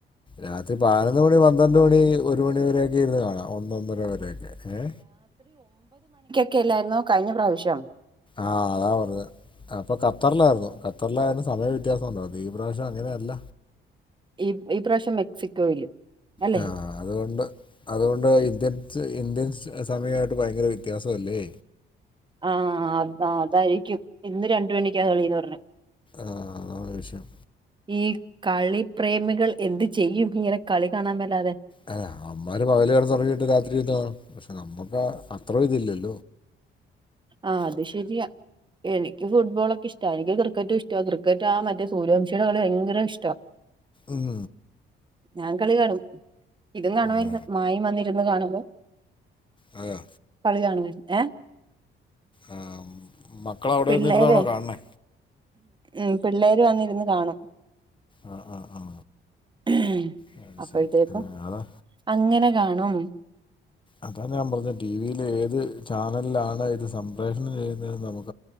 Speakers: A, on the left; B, on the right.
A: രാത്രി പതിനൊന്ന് മണി പന്ത്രണ്ട് മണി ഒരു മണി വരൊക്കെ ഇരുന്നു കാണാം ഒന്നൊ ഒന്നര വരെഒക്കെ ഏ
B: ഒക്കല്ലായിരുന്നു കഴിഞ്ഞ പ്രാവശ്യം
A: ആഹ അതാ പറഞ്ഞത് അപ്പൊ ഖത്തറിലായിരുന്നു ഖത്തറിലായൊണ്ട് സമയവ്യത്യാസംണ്ടോ ഈപ്രാവ്യം അങ്ങനെയ അല്ല
B: ഈ ഈ പ്രാവശ്യം മെക്സിക്കോയില് അല്ലെ
A: ആ അതുകൊണ്ട് അതുകൊണ്ട് ഇന്ത്യൻ ഇന്ത്യൻ സമയമായിട്ട് ഭയങ്കര വ്യത്യാസല്ലേ
B: ആഹ അ അതായിരിക്കും ഇന്ന് രണ്ട് മണിക്കാണ് കളീന്ന് പറഞ്ഞു
A: ആഹ അത ഒരു വിഷയം
B: ഈ കളി പ്രേമികൾ എന്ത് ചെയ്യും ഇങ്ങനെ കളി കാണാൻ പറ്റാതെ
A: അല്ല അവമ്മാര് പകല കിടന്നുറങ്ങിയിട്ട് രാത്രിന്ന പക്ഷെ നമ്മുക്ക് അത്ര ഇതില്ലല്ലോ
B: ആ അത് ശരിയാ എനിക്ക് ഫുട്ബോളൊക്കെ ഇഷ്ട എനിക്ക് ക്രിക്കറ്റും ഇഷ്ട ക്രിക്കറ്റ് ആ മറ്റേ സൂര്യവംശിയുടെ കളി ഭയങ്കര ഇഷ്ട
A: ഉം
B: ഞാൻ കളി കാണും ഇതും കാണുമായിരുന്നു
A: ആ
B: മായ വന്നിരുന്ന് കാണുമ്പോ
A: അതെയോ
B: കളികാണുവായിരുന്ന് ഏഹ്
A: ആ മക്കള അവിടെ
B: പിള്ളേരെ
A: നിന്നിരുന്നാണോ കാണണേ
B: ഉ പിള്ളേര് വന്നിരുന്ന് കാണും
A: ആ ആ ആ
B: ഉം
A: അത്
B: അപ്പോഴത്തേക്കും
A: ശരി ആ അതാ
B: അങ്ങനെ കാണും
A: അതാണ് ഞാൻ പറഞ്ഞത് ടിവിൽ ഏത് ചാനലിലാണ് ഇത് സംപ്രേഷണം ചെയ്യുന്നെന്ന് നമുക്ക്